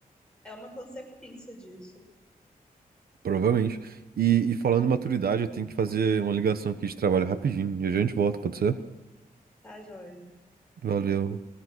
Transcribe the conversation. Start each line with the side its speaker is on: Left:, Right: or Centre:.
Centre: É uma consequência disso,
Right: Provavelmente. E, e falando em maturidade, eu tenho que fazer uma ligação aqui de trabalho rapidinho. E a gente volta, pode ser?
Centre: tá, joia?
Right: Valeu.